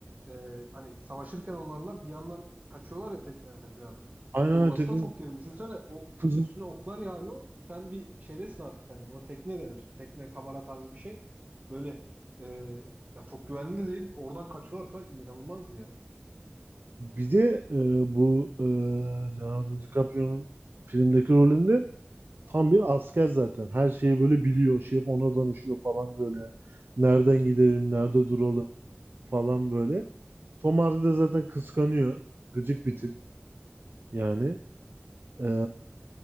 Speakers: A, on the right; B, on the right.
A: e, hani savaşırken onlarla bir yandan kaçıyorlar ya teknelerle falan.
B: Aynen
A: O
B: öyle.
A: orası
B: Tekno-
A: da çok gerilim. Düşünsene o
B: Kızım.
A: üstüne oklar yağıyor. Sen bir şeydesin artık hani buna tekne denir. Tekne kamera tarzı bir şey. Böyle e, ya çok güvenli de değil. Oradan kaçıyorlar falan inanılmaz ya.
B: Bir de e, bu e, Leonardo DiCaprio'nun filmdeki rolünde tam bir asker zaten. Her şeyi böyle biliyor. Şef ona danışıyor falan böyle. Nereden gidelim, nerede duralım falan böyle. Tom Hardy de zaten kıskanıyor. Gıcık bir tip yani. E,